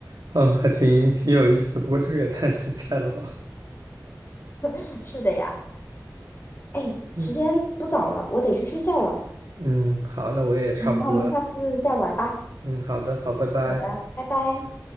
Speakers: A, on the right; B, on the left.
A: 嗯，还挺挺有意思的，不过这个也太难猜了吧？
B: <laughs> 是的呀。哎，时间不早了，
A: 嗯，
B: 我得去睡觉了。
A: 嗯好，那我也差不多呀。
B: 嗯那我们下次再玩吧。
A: 嗯，好的，好，拜拜。
B: 好的，拜拜。